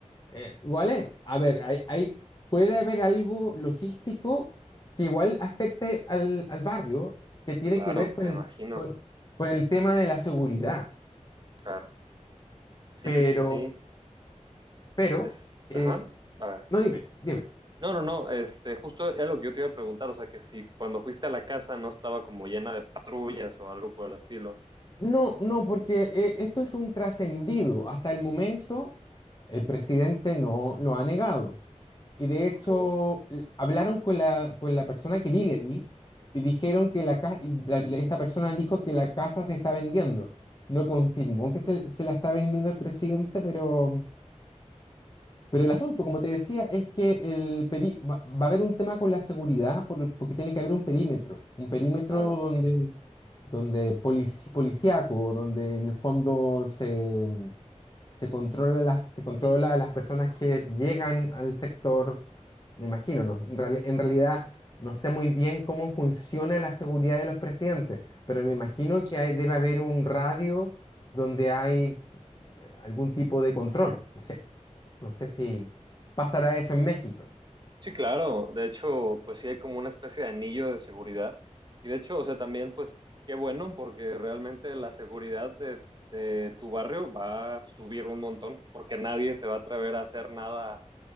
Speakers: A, on the left; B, on the right.
A: eh, igual es, a ver, hay, hay- puede haber algo logístico que igual afecte al, al barrio, que tiene
B: Claro,
A: que ver con
B: me
A: el,
B: imagino.
A: con, con el tema de la seguridad.
B: Claro. Sí,
A: Pero,
B: sí, sí.
A: pero,
B: Es,
A: eh,
B: ajá. A ver.
A: no dime, dime.
B: No, no, no. Este, justo era lo que yo te iba a preguntar. O sea, que si cuando fuiste a la casa no estaba como llena de patrullas o algo por el estilo.
A: No, no, porque eh, esto es un trascendido. Hasta el momento, el presidente no lo ha negado. Y de hecho,
B: Oh,
A: l- hablaron con la, con la persona que vive ahí y dijeron que la, ca- y la- la- esta persona dijo que la casa se está vendiendo. No confirmó que se, se la está vendiendo el presidente, pero, pero el asunto, como te decía, es que el peri- va, va a haber un tema con la seguridad por- porque tiene que haber un perímetro, un perímetro
B: claro.
A: donde donde polici- policíaco, donde en el fondo se, se controla la- se controla a las personas que llegan al sector, me imagino, no- en, reali- en realidad no sé muy bien cómo funciona la seguridad de los presidentes, pero me imagino que hay- debe haber un radio donde hay eh, algún tipo de control, no sé, no sé si pasará eso en México.
B: Sí, claro. De hecho, pues sí hay como una especie de anillo de seguridad. Y de hecho, o sea, también, pues, qué bueno, porque realmente la seguridad de, de tu barrio va a subir un montón, porque nadie se va a atrever a hacer nada,